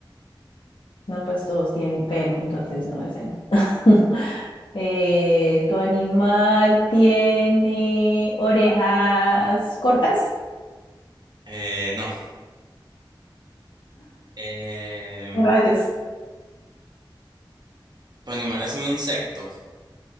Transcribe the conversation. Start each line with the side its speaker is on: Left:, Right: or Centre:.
Left: no, pues todos tienen pelo, entonces no, ese no. <laughs> Eh, ¿tu animal tiene orejas cortas?
Right: Eh, no. Eh,
Left: ¿O Rayos.
Right: tu animal es un insecto.